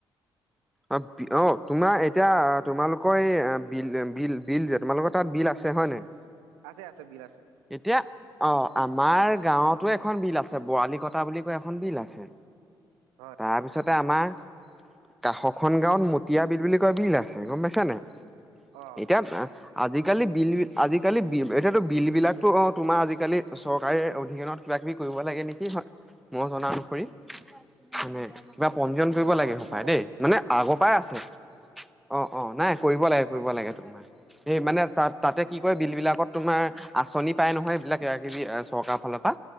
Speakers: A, in the centre; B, on the right.
A: অঁ, অঁ তোমাৰ এতিয়া তোমালোকৰ এই বিল বিল বিল যে তোমালোকৰ তাত বিল আছে হয়নে?
B: আছে, আছে বিল আছে।
A: এতিয়া অ' আমাৰ গাঁৱত টো এখন বিল আছে বৰালি কটা বুলি কৈ এখন বিল আছে।
B: হয়
A: তাৰপিছত তা আমাৰ কাষখন গাঁৱত মতিয়া বিল বুলি কয় বিল আছে গ'ম পাইছানে?
B: অ
A: এতিয়া আজিকালি বিল আজিকালি বি এতিয়াতো বিল বিলাক টো অ' তোমাৰ আজিকালি চৰকাৰৰ অধীনত কিবা কিবি কৰিব লাগে নেকি? হয় মই জনা অনুসৰি। মানে কিবা পঞ্জীয়ন কৰিব
B: অ
A: লাগে
B: গম
A: হ'ব
B: পাওঁ
A: পায়
B: বাৰু
A: দেই মানে আগৰ পৰাই আছে। অ' অ' নাই কৰিব লাগে
B: হয়
A: কৰিব লাগে, তোমাৰ মানে তাতে কি কয় বিল বিলাকত আচনি পাই নহয় এইবিলাক কিব কিবি চৰকাৰৰ ফালৰ পৰা,